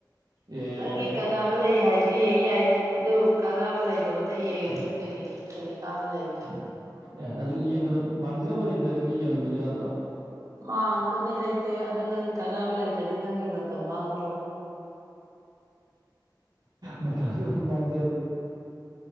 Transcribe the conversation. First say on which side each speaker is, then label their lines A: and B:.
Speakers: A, on the right (about 65°); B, on the right (about 50°).
A: ꯑꯦ
B: ꯅꯪꯤ ꯀ ꯀꯥꯟꯅꯕ ꯂꯩ ꯍꯥꯏꯔꯗꯤ ꯌꯦꯡ ꯌꯥꯏ ꯑꯗꯨ ꯀꯥꯟꯅꯕ ꯂꯩꯇꯕꯗ ꯌꯦꯡꯉꯒ ꯀꯔꯤ ꯊꯔꯤ ꯀꯥꯝꯕ ꯂꯩꯒꯦ
A: ꯑꯦ ꯑꯗꯨ ꯌꯦꯡꯕꯗ ꯃꯥꯡꯖꯕ ꯂꯩꯇ꯭ꯔꯒꯗꯤ ꯌꯦꯡꯍꯟꯕꯁꯨ ꯌꯥꯗ꯭ꯔꯣ
B: ꯃꯥꯡꯕꯗꯤ ꯂꯩꯇꯦ ꯑꯗꯨ ꯅꯪ ꯀꯥꯟꯅꯕ ꯂꯩꯇ꯭ꯔꯗꯤ ꯅꯪꯒꯤ ꯃꯇꯝ ꯃꯥꯡꯗ꯭ꯔꯣ
A: ꯃꯊꯗ ꯃꯥꯡꯖꯔꯒꯦ